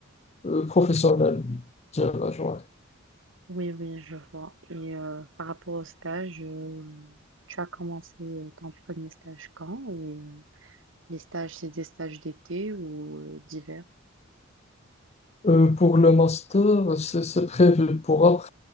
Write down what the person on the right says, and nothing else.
Oui, oui, je vois. Et euh, par rapport au stage, euh, tu as commencé euh, ton premier stage quand? Et euh, les stages, c'est des stages d'été ou euh, d'hiver?